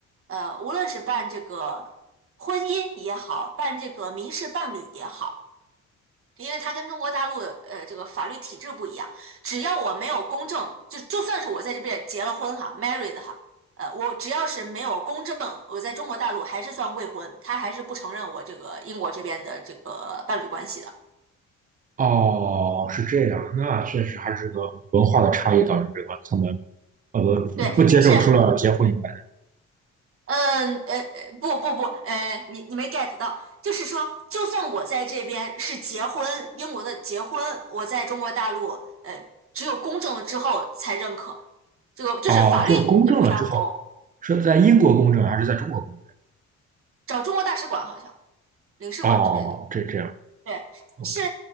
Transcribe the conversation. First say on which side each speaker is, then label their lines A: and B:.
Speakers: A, on the right; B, on the right.
A: 呃，无论是办这个婚姻也好，办这个民事伴侣也好，因为它跟中国大陆呃这个法律体制不一样，只要我没有公证，就就算是我在这边结了婚哈，married 哈，呃，我只要是没有公证，我在中国大陆还是算未婚，他还是不承认我这个英国这边的这个伴侣关系的。
B: 哦，是这样，那确实还是个文化的差异导致这个他们呃不接受除了结婚以外的。
A: 对，但是嗯呃呃不不不，呃你你没 get 到，就是说，就算我在这边是结婚，英国的结婚，我在中国大陆呃只有公证了之后才认可，这个就是法律体制不相同。
B: 哦，只有公证了之后，是在英国公证还是在中国公
A: 找中国大使馆好像领事馆之类的。
B: 证？哦，这这样。
A: 对，但是
B: o k